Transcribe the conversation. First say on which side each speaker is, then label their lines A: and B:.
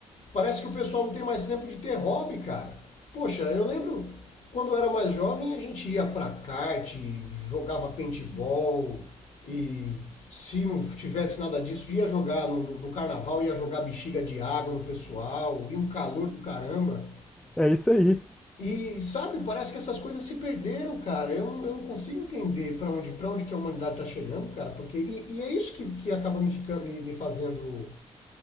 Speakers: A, on the left (about 55°); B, in the centre.
A: Parece que o pessoal não tem mais tempo de ter hobby, cara. Poxa, eu lembro quando eu era mais jovem, a gente ia pra kart, jogava paintball e se não tivesse nada disso, ia jogar no, no- no carnaval, ia jogar bexiga de água no pessoal, e um calor do caramba.
B: É isso aí.
A: E sabe, parece que essas coisas se perderam, cara. Eu, não- eu não consigo entender pra onde, para onde que a humanidade tá chegando, cara, porque e, e é isso que, que acaba me, fica, me, me fazendo